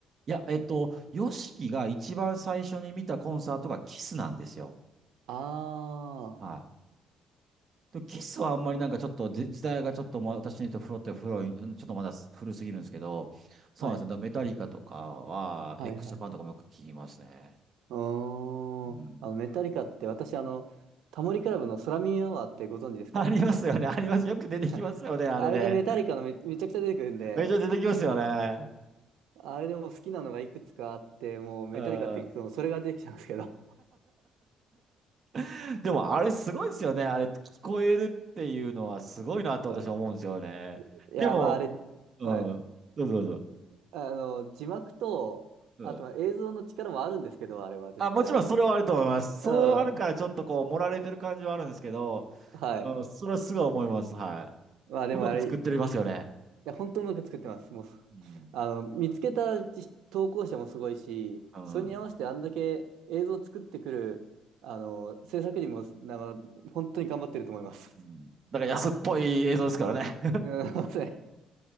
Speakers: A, on the right; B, on the right.
A: いや、えっと、ヨシキが一番最初に見たコンサートがキスなんですよ。
B: ああ
A: はいでキスはあんまりなんかちょっと時時代がちょっとま私にとフロって古い、うんちょっとまだ古すぎるんですけど、そうなんですよ。
B: ー、はい、
A: だからメタリカとかは、
B: はい、
A: エクスジャパンとかもよく聞きますね。
B: はい。うー
A: うん。
B: ん。あの、メタリカって私、あの、タモリクラブの空耳アワーってご存知ですか
A: ありますよね。あります。よく出てきますよね。
B: <laughs>
A: あれね。
B: あれでメタリカのめ、めちゃくちゃ出てくるんで、
A: めっちゃ出てきますよね。
B: あれでもう好きなのがいくつかあって、もうメタリカって聞くとそれが出てきちゃうんですけど。
A: うん。<laughs> でもあれすごいですよね。あれ聞こえるっていうのはすごいなと私は思うんですよね。
B: <laughs> はいいや、
A: でも、
B: まああれ、
A: うん。
B: はい。
A: どうぞどうぞ。
B: あの、字幕と、
A: うん
B: あとは映像の力もあるんですけど、あれは絶対。
A: あ、もちろんそれはあると思います。そうあるからちょっとこう、
B: うん。
A: 盛られてる感じはあるんですけど、
B: はい。
A: うん、それはすごい思います。はい。
B: まあでもあれ、
A: うまく作ってますよね。
B: や、本当にうまく作ってます。もう、
A: うん。
B: あの、見つけたじ投稿者もすごいし、
A: うん。
B: それに合わせてあんだけ映像を作ってくる、
A: う
B: あの、制作人も、なんか、本当に頑張ってると思います。
A: ん。だから安っぽい映像ですからね。
B: <laughs> うん、すいません